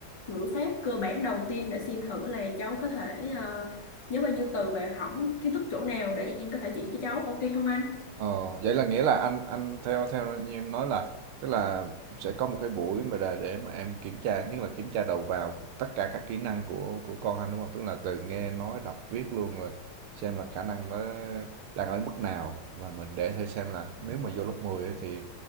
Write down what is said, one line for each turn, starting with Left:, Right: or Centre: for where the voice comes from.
Left: ngữ pháp cơ bản đầu tiên để xem thử là cháu có thể ờ, nhớ bao nhiêu từ và hỏng kiến thức chỗ nào để em có thể chỉ cho cháu ok không anh
Right: Ờ, vậy là nghĩa là anh anh theo theo như em nói là tức là sẽ có một cái buổi mà để để mà em kiểm tra nhất là kiểm tra đầu vào tất cả các kỹ năng của của con anh đúng không? Tức là từ nghe nói đọc viết luôn rồi xem là khả năng nó đang ở mức nào và mình để thử xem là nếu mà vô lớp 10 ấy, thì